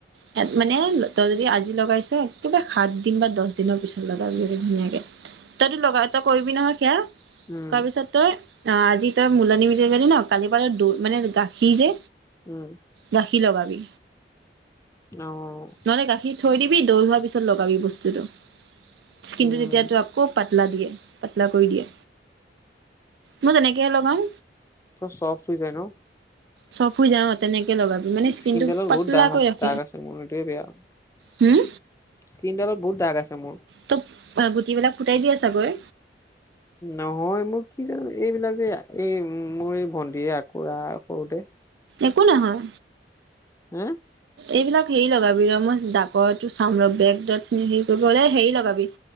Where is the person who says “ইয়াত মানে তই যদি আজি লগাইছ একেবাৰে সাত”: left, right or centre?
Right